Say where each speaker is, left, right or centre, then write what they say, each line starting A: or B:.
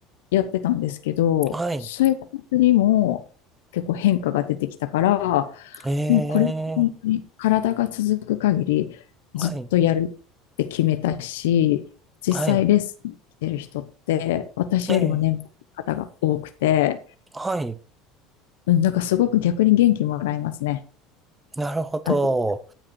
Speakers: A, on the left; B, on the right.
A: やってたんですけど、
B: はい。
A: 生活にも結構変化が出てきたから、
B: ええ。
A: もうこれは本当に体が続く限りずっとやるって決めたし、
B: はい、
A: 実際レッスン来てる人って私よりも年配の方が多くて、
B: はい、ええ、はい、
A: うん、なんかすごく逆に元気もらえますね。
B: なるほど。
A: あ